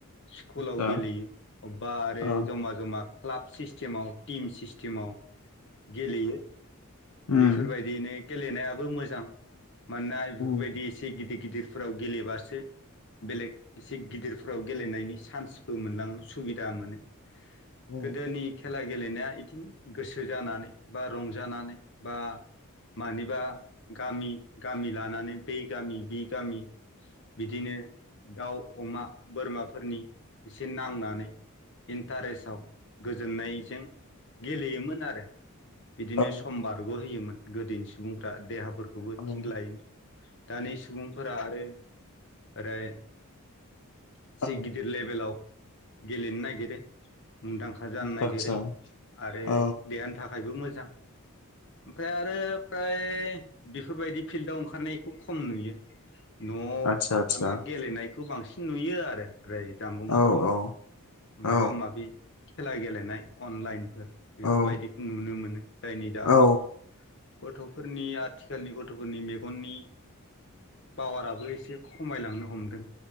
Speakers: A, on the left; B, on the left.
A: स्कुलाव
B: आतसा
A: गेलेयो अबबा आरो
B: औ
A: ज'मा ज'मा क्लाब सिस्टेमाव टिम सिस्टेमाव गेलयो।
B: उम
A: बेफोरबायदियैनो गेलेनायाबो मोजां मानोना इफोर
B: औ
A: बायदि इसे गिदिद गिदिरफोराव गेलेबासो बेलेग एसे गिदिरफोराव गेलेनायनि चान्सबो मोनलाङो सुबिदा मोनो।
B: औ
A: गोदोनि खेला गेलेनाया इदिनो गोसो जानानै बा रंजानानै बा मानिबा गामि, गामि लानानै बै गामि बि गामि बिदिनो दाउ अमा बोरमाफोरनि एसे नांनानै इन्टारेस्टआव गोजोननायजों गेलेयोमोन आरो बिदिनो
B: औ
A: होयोमोन गोदोनि सुबुंफ्रा देहाफोरखौबो
B: औ
A: थिग लायो दानि सुबुंफोरा आरो ओरै एसे
B: औ
A: गिदिर लेभेलाव गेलेनो नागिरो मुंदांखा जानो नागिरो
B: आतसा
A: आरो
B: औ
A: देरहानो था थाखायबो मोजां ओमफ्राय आरो फ्राय बेफोरबायदि फिल्डआव ओंखारनायखौ खम नुयो। न'आव
B: आतसा आतसा
A: थानाय गेलेनाय बेखौ बांसिन नुयो आरो। ओफ्राय जामबुंफोराव
B: औ औ
A: माबा
B: औ
A: माबि खेला गेलेनाय अनलाइन बेफोरबायदिखौ
B: औ
A: नुनो मोनो जायनि जाहोनाव
B: औ
A: गथ'फोरनि आथिखालनि गथ'फोरनि मेगननि पावाराबो एसे खमायलांनो हमदों।